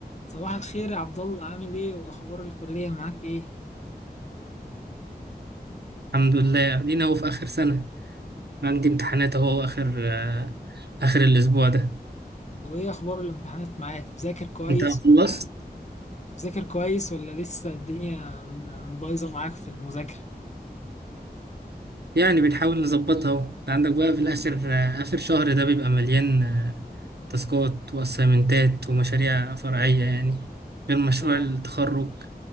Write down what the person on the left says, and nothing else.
صباح الخير يا عبد الله عامل ايه واخبار الكلية معاك ايه
وايه اخبار الامتحانات معاك بتذاكر كويس
ولا بتذاكر كويس ولا لسه الدنيا م- م- بايظة معاك في المذاكرة
اه